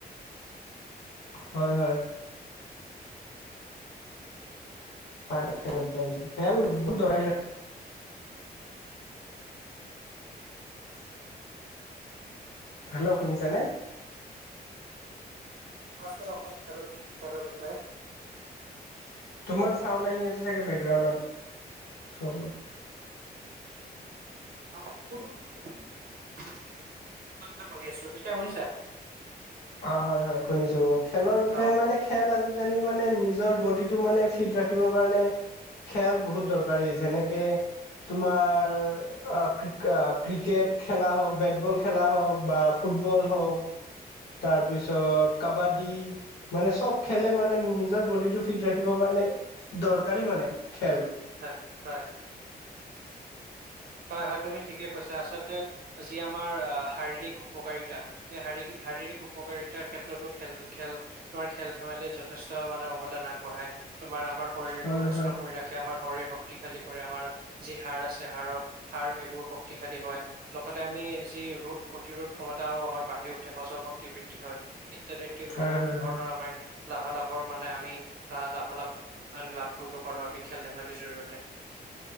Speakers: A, on the left (about 80°); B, on the right (about 65°).
A: হয় হয়। পাৰী খ খেল বহুত দৰকাৰী হয়। <inaudible> হেল্ল' শুনিছানে?
B: কোৱাচোন অকণ খেলৰ খেলৰ বিষয়ে।
A: তোমাৰ চাওন আহি আছে চাগে বেকগ্ৰাউডত, চ অলপ।
B: <unintelligible> পঢ়ি আছো এতিয়া শুনিছা?
A: অ, হয় হয় শুনিছো, খেলৰ বিষয়ে
B: অ
A: মানে খেল আজি মানে নিজৰ বডিটো মানে ফিত ৰাখিবৰ কাৰণে খেল বহুত দৰকাৰী যেনেকে তোমাৰ আ ক্ৰিক আ ক্ৰিকেট খেলা হওক, বেটবল খেলা হওক বা ফুটবল হওক তাৰপিছত কাবাডী মানে চ'ব খেলে মানে নিজৰ বডিটো ফিট ৰাখিব কাৰণে দৰকাৰী মানে খেল
B: হয় হয়। হয় হয় তুমি ঠিকে কৈছা। আচলতে যি আমাৰ শাৰীৰিক উপকাৰিতা এই শাৰীৰিক শাৰীৰিক উপকাৰিতাৰ ক্ষেত্ৰতো খেল-খেল তোমাৰ খেল ধেমালি যথেষ্ট মানে অৱদান আগবঢ়ায়। তোমাৰ আমাৰ শৰীৰটো
A: হয়
B: সুস্থ
A: হয়
B: কৰি ৰাখে, আমাৰ শৰীৰ শক্তিশালী কৰে আমাৰ যি হাৰ আছে, হাড়ৰ সাৰ এইবোৰ শক্তিশালী হয়, লগতে আমি যি ৰোদ প্ৰতিৰোধ ক্ষমতাও আমাৰ বাঢ়ি উঠে। সজ হজম শক্তি বৃদ্ধি হয় ইত্যাদি এও
A: হয়
B: বহুত
A: হয়
B: ধৰণৰ
A: হয়
B: আমাৰ লাভালাভৰ মানে আমি আহ লাভালাভ আ লাভ কৰিব পাৰো আমি খেল ধেমালিৰ জৰিয়তে